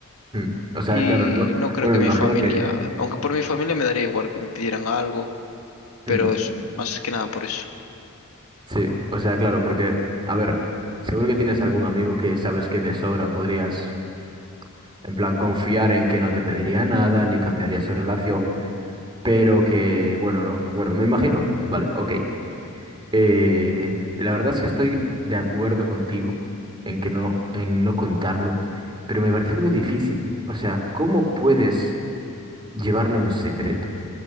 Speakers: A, on the right; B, on the left.
A: mm. O sea,
B: Y
A: claro, no.
B: no creo
A: Bueno,
B: que
A: me
B: mi
A: imagino
B: familia,
A: que.
B: aunque por mi familia me daría igual que me pidieran algo,
A: mm,
B: pero eso, más que nada por eso.
A: sí, o sea, claro, porque, a ver, seguro que tienes algún amigo que sabes que de sobra podrías En plan, confiar en que no te pediría nada ni cambiaría su relación, pero que, bueno, no. Bueno, me imagino. Vale, ok. Eh, la verdad es que estoy de acuerdo contigo en que no, en no contarlo, pero me parece algo difícil. O sea, ¿cómo puedes llevarlo en secreto?